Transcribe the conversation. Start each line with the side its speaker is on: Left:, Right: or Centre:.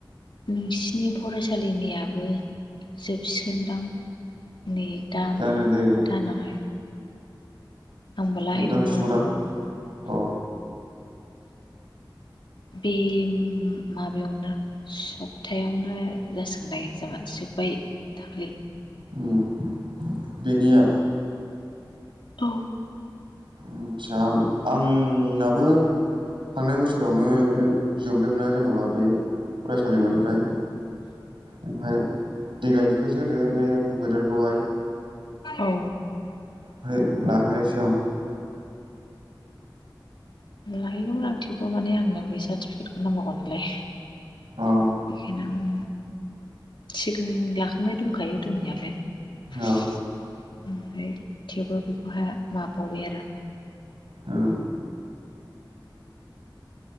Left: नोंसिनि फरायसालिनियाबो जोबसिगोनदां नै दा
Right: जानोलै
Left: दानावहाय। आंबो लाहैदोंमोन।
Right: जोबनो हासिगौदां अ।
Left: बे माबायावना सपथायावनो जासिगोनदां एक्जामा जोब्बाय दाखालि।
Right: उम बेनिया
Left: औ
Right: आदसा आंनाबो थांनाय बोसोरावनो जोबदोंना जेन'बा बे फरायसालिमानि फ्राय ओमफाय देग्लायनिफ्रायसो होदो बे कम्पिउटारखौहाय।
Left: औ
Right: फाय लाहैयासै आं।
Left: लाहैगौमोन आं थे वबो माने आंनो बे सार्टिफिकेटखौनो नांगौमोनलाय।
Right: आं
Left: बेखोनो उम सिगां लाखांनाय दंखायो दंनायालाय। <unintelligible>
Right: अ औ
Left: थेवबो बहा लाबावबाय आरो।
Right: उम।